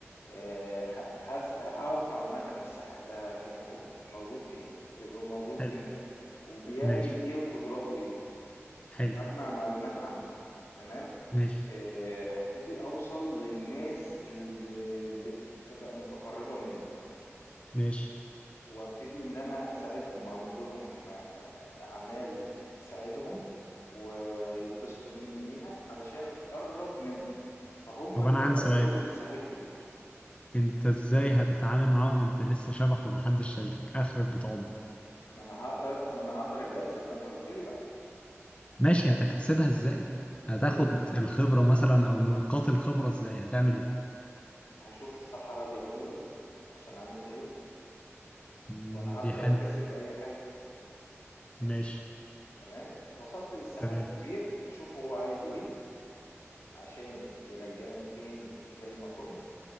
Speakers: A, on the left; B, on the left.
A: آه، ه- هس- هعرف معلومات عن الساحر ده فين هو موجود فين وبيبقى موجود
B: حلو
A: امتى وبيعمل
B: ماشي
A: ايه وقدراته ايه
B: حلو
A: هجمع معلومات عنه تمام
B: ماشي
A: آه، هبتدي اوصل للناس اللي بتبقى متقربة منه
B: ماشي
A: وابتدي ان انا اساعدهم واعمل لهم آه، اعمال ت- تساعدهم ويتبسطوا مني بيها علشان اتقرب منهم فهم
B: طب
A: اللي
B: انا
A: يقربوني
B: عندي سؤال
A: للساحل الكبير
B: انت ازاي هتتعامل معاهم وانت لسه شبح ومحدش شايفك اخرك بتعض
A: ما انا هقدر ما انا هقدر اتجسد ما انت قلت لي بقى
B: ماشي هتكتسبها ازاي هتاخد
A: هي ايه
B: الخبرة مثلا او نقاط الخبرة ازاي هتعمل ايه
A: هشوف الصحراء بيعملوا ايه عشان اعمل زيهم
B: مم،
A: وانا هقدر
B: دي حلوة
A: اكتسب اي حاجة
B: ماشي
A: تمام وصلت للساحل
B: تمام
A: الكبير هشوف هو عايز ايه عشان يرجعني تاني زي ما كنت